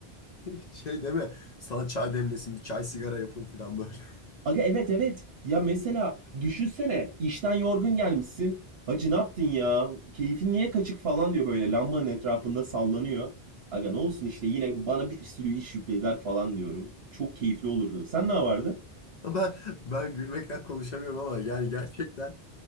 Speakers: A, on the left; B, on the right.
A: <laughs> Şey deme sana çay demlesin bir çay sigara yapın falan böyle. <laughs>
B: Aga evet evet. Ya mesela düşünsene işten yorgun gelmişsin. Hacı ne yaptın ya? Keyfin niye kaçık falan diyor böyle lambanın etrafında sallanıyor. Aga ne olsun işte yine bana bir sürü iş yüklediler falan diyorum. Çok keyifli olurdu. Sen ne yapardın?
A: Ben ben gülmekten konuşamıyorum ama yani gerçekten